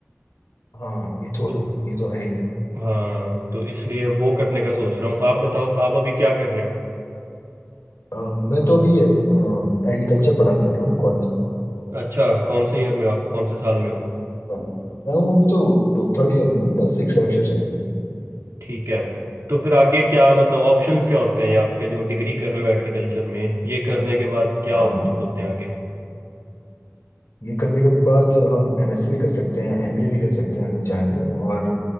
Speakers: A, on the left; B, on the right.
A: हाँ ये तो
B: तो
A: है ये तो है ही
B: हाँ तो इसलिए वो करने का सोच रहा हूँ आप बताओ आप अभी क्या कर रहे हो
A: आ, मैं तो अभी एग्रीकल्चर पढ़ाई कर रहा हूँ कॉलेज में
B: अच्छा कौन से ईयर में हो आप कौन से साल में हो
A: आ, मैं हूँ अभी तो थर्ड ईयर में सिक्स सेमेस्टर चल
B: ठीक है तो फिर आगे क्या मतलब ऑप्शंस क्या होते हैं ये आपके जो डिग्री कर रहे हो एग्रीकल्चर में ये करने के बाद क्या
A: रहा
B: ऑप्शंस
A: है
B: होते हैं आगे
A: ये करने के बाद हम एमएससी भी कर सकते हैं एमबीए भी कर सकते हैं अगर चाहे तो और